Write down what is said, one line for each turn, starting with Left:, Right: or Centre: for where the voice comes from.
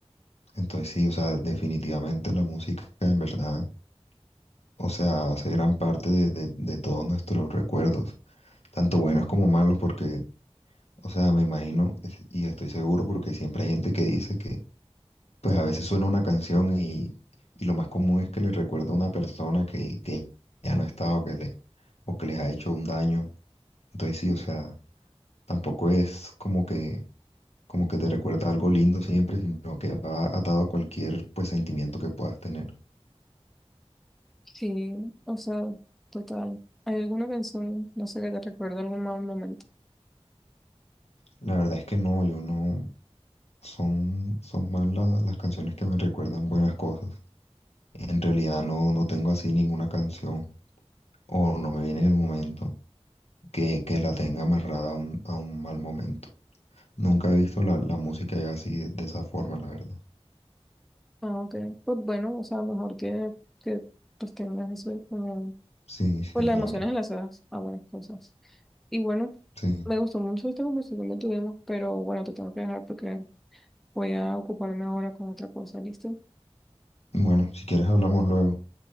Left: Entonces, sí, o sea, definitivamente la música en verdad, o sea, hace gran parte de, de de todos nuestros recuerdos. tanto buenos como malos, porque, o sea, me imagino es- y estoy seguro porque siempre hay gente que dice que, pues a veces suena una canción y, y lo más común es que le recuerda a una persona que, que ya no está o que, le, o que les ha hecho un daño. Entonces sí, o sea, tampoco es como que, como que te recuerda algo lindo siempre, sino que va atado a cualquier, pues, sentimiento que puedas tener.
Centre: Sí, o sea, total. ¿Hay alguna canción, no sé, que te recuerda algún mal momento?
Left: La verdad es que no, yo no, son, son más la- las canciones que me recuerdan buenas cosas. En realidad no, no tengo así ninguna canción o no me viene en el momento que, que la tenga amarrada a un, a un mal momento. Nunca he visto la, la música yo así de, de esa forma, la verdad.
Centre: Ah, ok. Pues bueno, o sea, mejor que, que pues tengas eso como,
Left: Sí, sí,
Centre: pues las
Left: claro.
Centre: emociones enlazadas a buenas cosas. Y bueno,
Left: Sí.
Centre: me gustó mucho esta conversación que tuvimos, pero bueno, te tengo que dejar porque voy a ocuparme ahora con otra cosa, ¿listo?
Left: Bueno, si quieres hablamos luego.